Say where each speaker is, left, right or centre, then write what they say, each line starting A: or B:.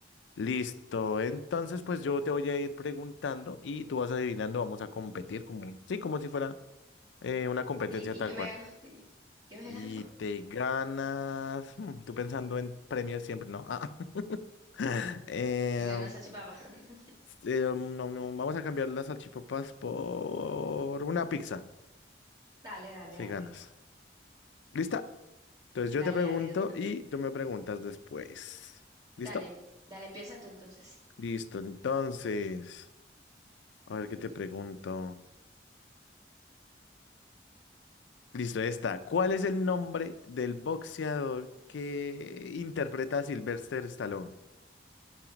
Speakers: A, on the left; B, on the right.
A: Listo, entonces pues yo te voy a ir preguntando y tú vas adivinando, vamos a competir como, sí, como si fuera eh, una competencia
B: ¿Y,
A: tal
B: y qué me
A: cual.
B: gano? <laughs> ¿Qué me
A: Y
B: gano? <laughs>
A: te ganas. hmm, Tú pensando en premios siempre, ¿no? Ah, <laughs> eh,
B: Me gano esa chipapa. <laughs>
A: eh, no, no, vamos a cambiar las salchipapas por una pizza.
B: Dale, dale,
A: Si
B: dale.
A: ganas. ¿Lista? Entonces yo
B: Dale,
A: te pregunto
B: dale, de una.
A: y tú me preguntas después. ¿Listo?
B: Dale, dale, empieza tú entonces.
A: Listo. Entonces, a ver qué te pregunto. Listo, esta. ¿Cuál es el nombre del boxeador que interpreta a Sylvester Stallone?